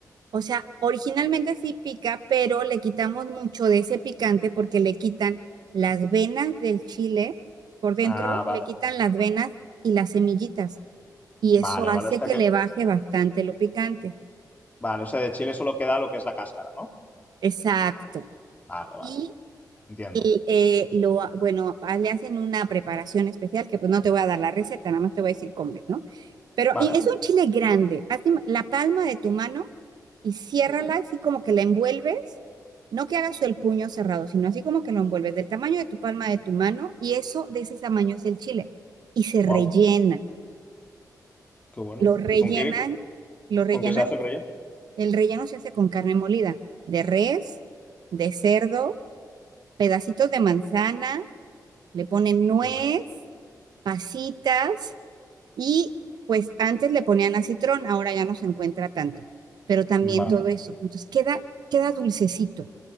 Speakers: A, on the right (about 75°); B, on the left (about 20°).
A: O sea, originalmente sí pica, pero le quitamos mucho de ese picante porque le quitan las venas del chile por dentro,
B: Ah, vale.
A: le quitan las venas y las semillitas. Y
B: Vale,
A: eso hace
B: vale. O sea
A: que
B: que,
A: le baje bastante lo picante.
B: vale, o sea, de Chile solo queda lo que es la cáscara, ¿no?
A: Exacto.
B: Vale, vale.
A: Y
B: Entiendo.
A: y, eh, lo, bueno, ah, le hacen una preparación especial que pues no te voy a dar la receta, nada más te voy a decir cómo es, ¿no? Pero
B: Vale.
A: y es un chile grande. Haz im- la palma de tu mano y ciérrala así como que la envuelves. No que hagas el puño cerrado, sino así como que lo envuelves del tamaño de tu palma de tu mano y eso de ese tamaño es el chile. Y se rellena.
B: Wow, qué bueno.
A: Lo rellenan,
B: ¿Y con qué,
A: lo rellenan.
B: con qué se hace el relleno?
A: El relleno se hace con carne molida, de res, de cerdo, pedacitos de manzana, le ponen nuez,
B: Qué bueno.
A: pasitas Y pues antes le ponían acitrón, ahora ya no se encuentra tanto, pero también
B: Vale.
A: todo eso. Entonces queda, queda dulcecito,